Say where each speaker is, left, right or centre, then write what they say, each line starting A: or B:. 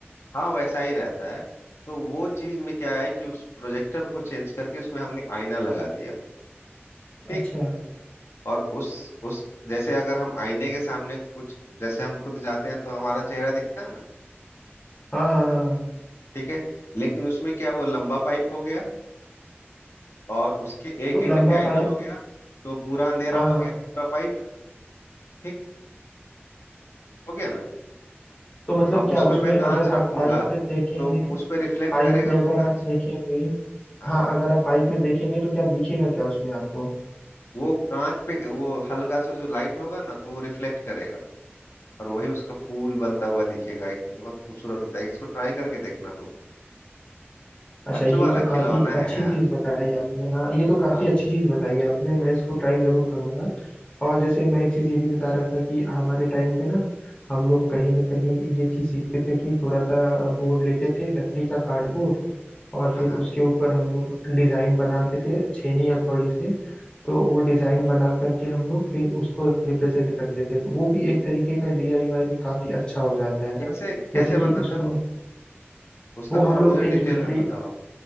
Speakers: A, on the left; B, on the left.
A: हाँ वैसा ही रहता है तो वो चीज में क्या है कि उस प्रोजेक्टर को चेंज करके उसमें हमने आईना लगा दिया ठीक
B: अच्छा
A: और उस उस जैसे अगर हम आईने के सामने कुछ जैसे हम खुद जाते हैं तो हमारा चेहरा दिखता है ना
B: हाँ हाँ हाँ हाँ
A: ठीक है लेकिन उसमें क्या वो लंबा पाइप हो गया और उसके एक
B: तो
A: एंड
B: लंबा
A: पे आईना
B: पाइप
A: हो गया तो पूरा अंधेरा
B: हाँ
A: हो
B: हाँ
A: गया पूरा पाइप ठीक हो गया ना
B: तो मतलब
A: अब
B: क्या
A: उसमें
B: उसमें
A: मैं कांच
B: अगर आप
A: रखूंगा
B: पाइप में देखेंगे
A: तो उस पे रिफ्लेक्ट
B: पाइप
A: करेगा
B: में अगर
A: वो कांच
B: आप देखेंगे
A: हाँ
B: हाँ अगर आप पाइप में देखेंगे तो क्या दिखेगा क्या उसमें आपको
A: वो कांच पे वो हल्का सा जो लाइट होगा ना तो वो रिफ्लेक्ट करेगा और वही उसका फूल बनता हुआ दिखेगा एक बहुत खूबसूरत होता है इसको ट्राई करके देखना तुम
B: अच्छा
A: बच्चों
B: ये
A: वाला
B: तो काफी
A: खिलौना
B: अच्छी
A: है यार
B: चीज बताई
A: <laughs>
B: आपने हाँ ये तो काफी
A: हाँ
B: अच्छी चीज बताई आपने मैं इसको ट्राई जरूर करूंगा और जैसे मैं एक चीज ये भी बता रहा था कि हमारे टाइम पे ना हम लोग कहीं ना कहीं ये चीज सीखते थे कि थोड़ा सा बोर्ड लेते थे लकड़ी का कार्डबोर्ड और
A: हाँ
B: फिर
A: हाँ।
B: उसके ऊपर हम लोग डिजाइन बनाते थे छेनी हथौड़ी से तो वो डिजाइन बना करके हम लोग फिर उसको रिप्रेजेंट करते थे तो वो भी एक तरीके का डीआईवाई में काफी अच्छा हो जाता है
A: कैसे कैसे
B: जैसे कि
A: बनता
B: उसमें
A: था वो उसका
B: वो हम
A: थोड़ा
B: लोग
A: मुझे डिटेल
B: एक लकड़ी
A: में बताओ